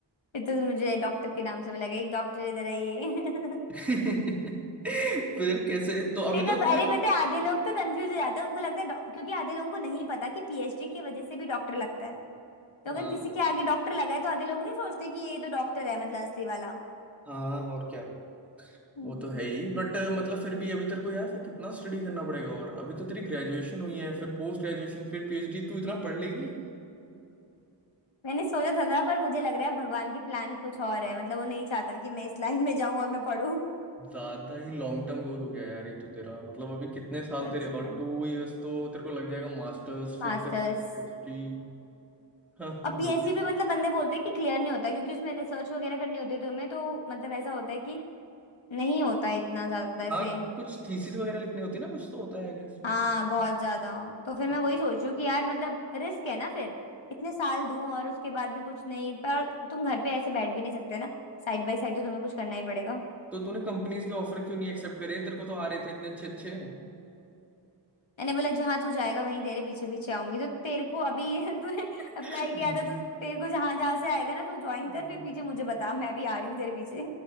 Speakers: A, on the left; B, in the centre.
A: फिर तो मुझे डॉक्टर के नाम से भी लगे एक डॉक्टर इधर आइए <laughs>
B: <laughs> फिर कैसे तो
A: फिर
B: अभी तो
A: ना
B: तूने
A: अरे पता है आधे लोग तो कंफ्यूज हो जाते हैं उनको लगता है डॉ- क्योंकि आधे लोगों को नहीं पता कि पीएचडी की वजह से भी डॉक्टर लगता है तो
B: हाँ
A: अगर किसी
B: वो
A: के आगे डॉक्टर लगा है तो आधे लोग नहीं सोचते कि ये तो डॉक्टर है मतलब असली वाला
B: हाँ और क्या
A: हम्म
B: वो तो है ही बट मतलब फिर भी अभी तेरे को यार फिर कितना स्टडी करना पड़ेगा और अभी तो तेरी ग्रेजुएशन हुई है फिर पोस्ट ग्रेजुएशन फिर पीएचडी तू इतना पढ़ लेगी
A: मैंने सोचा था, था पर मुझे लग रहा है भगवान की प्लान कुछ और है मतलब वो नहीं चाहता कि मैं इस लाइन में जाऊं और मैं पढूं
B: ज्यादा ही लॉन्ग टर्म गोल हो गया यार ये तो तेरा मतलब अभी कितने साल
A: सच
B: तेरे
A: में
B: और टू इयर्स तो तेरे को लग जाएगा मास्टर्स फिर
A: मास्टर्स
B: तेरे को पीएचडी हाँ
A: और पीएससी
B: बुढ़े
A: भी मतलब बंदे बोलते हैं कि क्लियर नहीं होता क्योंकि उसमें रिसर्च वगैरह करनी होती है तुम्हें तो मतलब ऐसा होता है कि नहीं होता इतना ज्यादा ऐसे
B: हाँ कुछ थीसिस वगैरह लिखनी होती है ना कुछ तो होता है गेस
A: हाँ
B: पता नहीं
A: बहुत ज्यादा तो फिर
B: हाँ
A: मैं वही सोच रही हूँ कि यार मतलब रिस्क है ना फिर इतने साल दूं और उसके बाद भी कुछ नहीं पर तुम घर पे ऐसे बैठ भी नहीं सकते ना साइड बाय साइड तो तुम्हें कुछ करना ही पड़ेगा
B: तो तूने कंपनीज के ऑफर क्यों नहीं एक्सेप्ट करे तेरे को तो आ रहे थे इतने अच्छे अच्छे
A: मैंने बोला जहां तू जाएगा वहीं तेरे पीछे पीछे आऊंगी तो तेरे को अभी <laughs> तूने
B: <laughs>
A: अप्लाई किया था तो तेरे को जहां जहां से आएगा ना तू ज्वाइन
B: हम्म,
A: कर फिर पीछे मुझे बता मैं भी आ रही हूँ तेरे पीछे